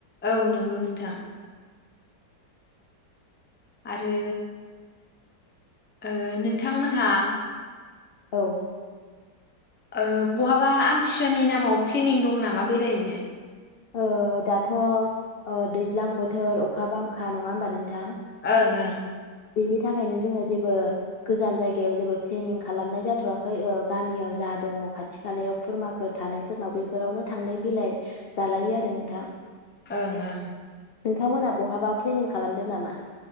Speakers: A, on the left (about 15°); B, on the left (about 80°).
A: औ नंगौ नोंथां। आरो ओ नोंथांमोनहा
B: औ।
A: ओ बहाबा आमथिसुवानि नामाव प्लेनिं दं नामा बेरायहैनो?
B: ओ दाथ' ओ दैज्लां बोथोर अखा बांखा नङा होमबा नोंथां?
A: ओं ओं
B: बेनि थाखायनो जोङो जेबो गोजान जायगायाव जेबो प्लेनिं खालामनाय जाथ'वाखै गामियाव जा दङ खाथि खालायाव खुरमाफोर थानायफोरनाव बेफोरावनो थांलाय फैलाय जालायो आरो नोंथां।
A: ओं ओं।
B: नोंथांमोनहा बहाबा प्लेनिं खालामदों नामा?